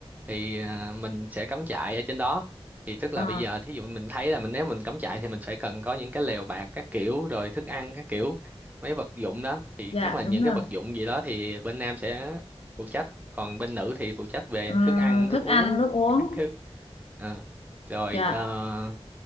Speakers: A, on the right (about 15°); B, on the left (about 70°).
A: thì à, mình sẽ cắm trại ở trên đó thì tức
B: ờ,
A: là bây giờ thí dụ mình thấy là mình nếu mình cắm trại thì mình phải cần có những cái lều bạt các kiểu rồi thức ăn các kiểu mấy vật dụng đó thì
B: dạ
A: chắc là những
B: đúng rồi.
A: cái vật dụng gì đó thì bên nam sẽ phụ trách còn bên nữ thì phụ trách về
B: Ờ,
A: thức ăn
B: thức
A: nước uống
B: ăn, nước uống.
A: các thứ Ờ. rồi
B: Dạ,
A: ờ,